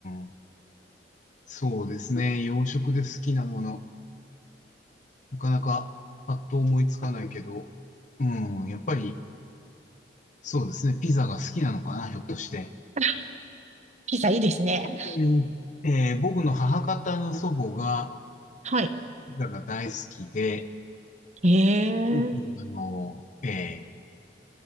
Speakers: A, on the left; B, on the right.
A: ん。そうですね。洋食で好きなもの。なかなかパッと思いつかないけど。うん、やっぱり、そうですね。ピザが好きなのかな、ひょっとして。
B: <laughs> ピザいいですね。
A: うんえー僕の母方の祖母が
B: はい。
A: ピザが大好きで、
B: えー、
A: よくあの、えー